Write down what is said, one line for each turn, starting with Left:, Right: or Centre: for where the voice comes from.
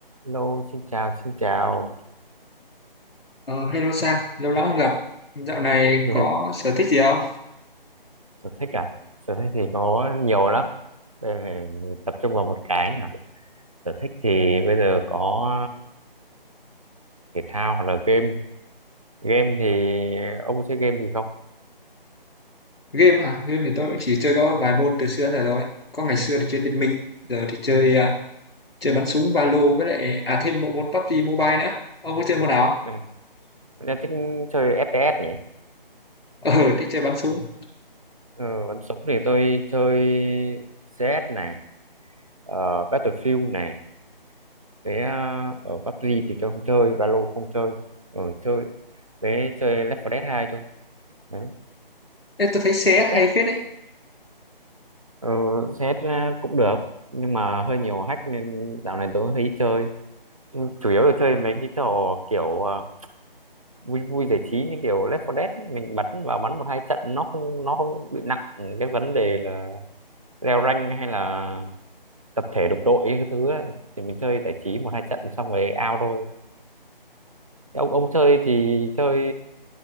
Right: Hello, xin chào, xin chào.
Left: Ờ, hello Sang, lâu lắm không gặp. Dạo này
Right: <laughs>
Left: có sở thích gì không?
Right: Sở thích à? Sở thích thì có nhiều lắm. Đây phải tập trung vào một cái nhỉ. Sở thích thì bây giờ có thể thao hoặc là game. Game thì ông có chơi game gì không?
Left: Game à? Game thì tôi cũng chỉ chơi có vài môn từ xưa đến giờ rồi. Có ngày xưa thì chơi Liên Minh, giờ thì chơi à, chơi bắn súng Valo với lại à thêm bộ môn PUBG Mobile nữa. Ông có chơi môn nào? không?
Right: Ừ.
Left: <laughs>
Right: Tôi thích chơi FPS nhỉ.
Left: Ờ, thích chơi bắn súng.
Right: Ừ, bắn súng thì tôi chơi CS này, ờ, Battlefield này. Thế ờ, ở PUBG thì tôi không chơi, Valo không chơi. Ở chơi, thế chơi Left 4 Dead 2 thôi. Đấy.
Left: Ê, tôi thấy CS
Right: Ừ,
Left: hay phết đấy.
Right: Ờ, xét ra cũng được nhưng mà hơi nhiều hack nên dạo này tôi thấy chơi Nhưng chủ yếu là chơi mấy cái trò kiểu ờ, vui vui giải trí như kiểu Left 4 Dead ấy. mình bắn vào bắn một hai trận nó không nó không bị nặng cái vấn đề là leo rank hay là tập thể đục đội cái thứ ấy. thì mình chơi giải trí một hai trận xong rồi out thôi Thế ông ông chơi thì chơi